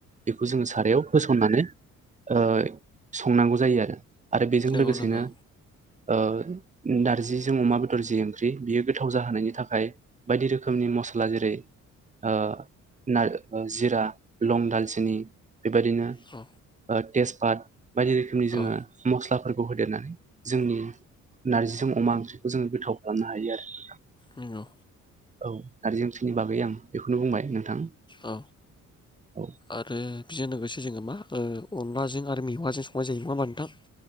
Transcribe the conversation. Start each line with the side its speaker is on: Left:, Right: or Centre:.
Right: बेखौ जोङो सारायाव होसननानै ओ संनांगौ जायो आरो आरो बेजों
Left: नंगौ
Right: लोगोसेनो
Left: नंगौ
Right: ओ नारजिजों अमा बेदर जि ओंख्रि बेयो गोथाव जाहोनायनि थाखाय बायदि रोखोमनि मसला जेरै ओ नार ओ जिरा लं दालचिनि बेबायदिनो
Left: औ
Right: ओ तेजपात बायदि रोखोमनि जोङो
Left: औ
Right: मस्ला फोरखौ होदेरनानै जोंनि नार्जिजों अमा ओंख्रिखौ जोङो गोथाव खालामनो हायो आरो।
Left: औ
Right: औ नारजि ओख्रिनि बागै आं बेखौनो बुंबाय नोंथां।
Left: औ
Right: औ
Left: आरो बेजों लोगोसे जोङो मा ओ अनलाजों आरो मेवाजों संनाय जायो नङाहोमबा नोंथां।